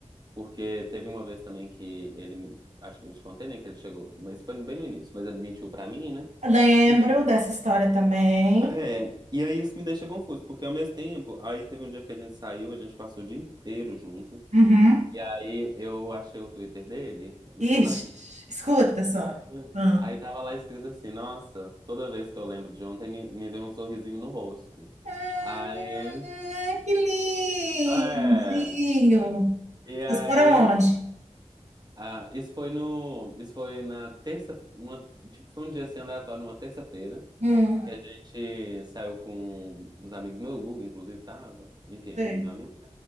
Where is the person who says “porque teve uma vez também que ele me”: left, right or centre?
Right